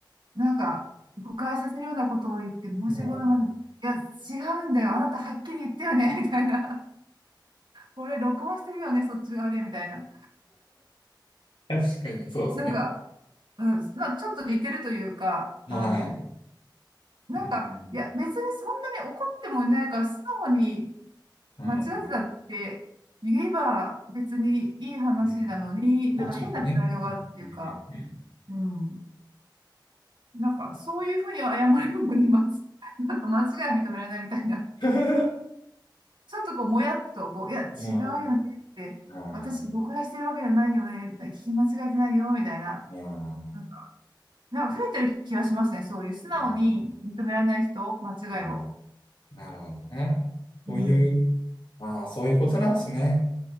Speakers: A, on the right; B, on the left.
A: う、なんか、誤解させるようなことを言って申し訳ございません。
B: うん、
A: いや、違うんだよ。あなたはっきり言ったよね、みたいな。これ録音してるよね、そっち側で、みたいな。
B: 確かにそうですね。
A: なんか、うん、まあ、ちょっと似てるというか、
B: はい。
A: あの、なんか、
B: うん、
A: いや、別にそんなに怒ってもいないから、素直に
B: はい。
A: 間違ってたって言えば別にいい話なのに、
B: うん、こっちもね。
A: なんか変なプライドがあるっていうか、
B: うん、うん、う
A: うん。なんか、そういうふうに謝れるのに、まつ、<laughs> なんか間違いは認められないみたいな、
B: ん。<laughs>
A: ちょっとこう、もやっと、こう、いや、違うよねって、
B: まあ、まあ、
A: 私誤解してるわけじゃないよね、みたいな、聞き間違えてないよ、みたいな。
B: まあ、
A: なんか、なんか増えてる気がしますね、そういう素直に認められない人、
B: うん、
A: 間違いを。
B: うん。なるほどね。
A: うん。
B: そういう、まあ、そういうことなんですね。